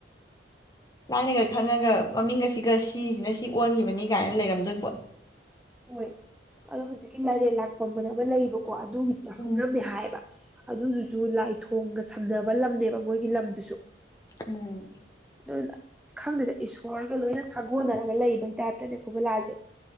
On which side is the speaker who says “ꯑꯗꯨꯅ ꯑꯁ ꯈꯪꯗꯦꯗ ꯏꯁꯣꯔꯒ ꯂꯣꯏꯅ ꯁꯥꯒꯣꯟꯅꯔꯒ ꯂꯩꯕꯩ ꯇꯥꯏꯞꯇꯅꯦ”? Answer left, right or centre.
Centre